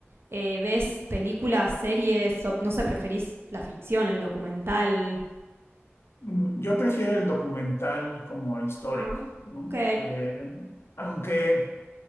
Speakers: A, on the right (about 55°); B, on the left (about 60°).
A: eh, ves películas, series, o- no sé, preferís la ficción, el documental.
B: Mm, Yo prefiero el documental como histórico,
A: Ah,
B: ¿no?
A: ok.
B: Eh, aunque